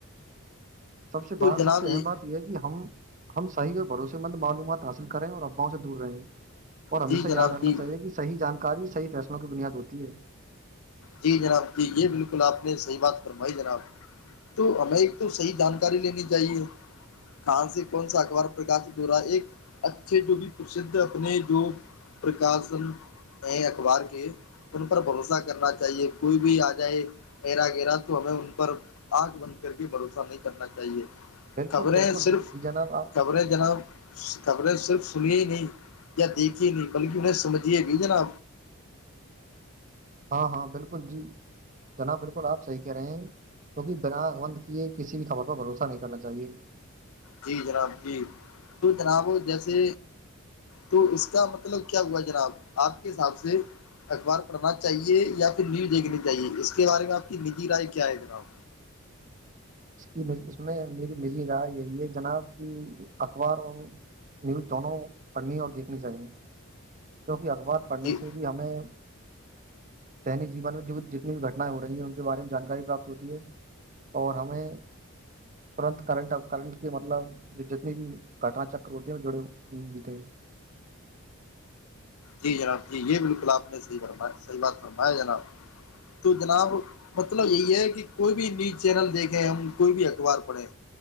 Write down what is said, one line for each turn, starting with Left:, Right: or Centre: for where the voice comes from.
Right: سب سے
Left: تو
Right: بات
Left: جناب
Right: سب سے اہم
Left: یہ
Right: بات ہے کہ ہم ہم صحیح اور بھروسے مند معلومات حاصل کریں اور افباؤوں سے دور رہیں اور ہمیشہ
Left: جی جناب
Right: یاد رکھنا
Left: جی
Right: چاہیے کہ صحیح جانکاری صحی فیصلوں کی بنیاد ہوتی ہے
Left: جی جناب جی یہ بالکل آپ نے صحیح بات کروائی جناب تو ہمیں ایک تو صحیح جانکاری لینی چاہیے کان سے کون سا اخبار پرکاشت ہو رہا ہے ایک اچھے جو بھی پرھ اپنے جو پرکاشن ہیں اخبار کے ان پر بھروسہ کرنا چ چاہے کوئی بھی آ جائے ایرا گیرا تو ہمیں ان پر آنکھ بند کر کے بھروسہ نہیں کرنا چاہیے
Right: بالکل
Left: خبریں
Right: بالکل
Left: صرف
Right: جی جناب آپ
Left: خبریں جناب خبریں صرف سنیے ہی نہیں یا دیکھی نہیں بلکہ انہیں سمجھیے بھی جنا
Right: ہاں ہاں بالکل جی جناب بالکل آپ صحیح کہہ رہے ہیں کیونکہ بنا بند کیے کسی بھی خبر پر بھروسہ نہیں کرنا چاہیے
Left: جی جناب جی تو جناب جیسے تو اس کا مطلب کیا ہوا جناب آپ کے حساب سے اخبار پڑھنا چاہیے یا پھر نیو دیکھنی چاہیے اس کے بارے میں آپ کی نجی رائے کیا ہے جناب
Right: اس کی اس میں میری مز رائے یہی ہے جناب کہ اخبار اور نیوز دونوں پڑھنی اور دیکھنی چاہی گے کیونکہ اخبار پڑھنے
Left: جی
Right: سے بھی ہمیں دینک جیون میں جو بھی جتنی بھی گٹنائیں ہو رہی ہیں ان کے بارے میں جانکاری پراپت ہوتی ہے اور ہمیں ترت کرنٹ اب کرنٹ کے مطلب جو جتنی بھی گٹنا چکر ہوتے ہیں ہو جڑےے
Left: جی جناب جی یہ بالکل آپ نے صحیم صحیح بات فرمایا جناب تو جناب مطلب یہی ہے کہ کوئی بھی نیوز چینل دیکھیں ہم کوئی بھی اخبار پڑھیں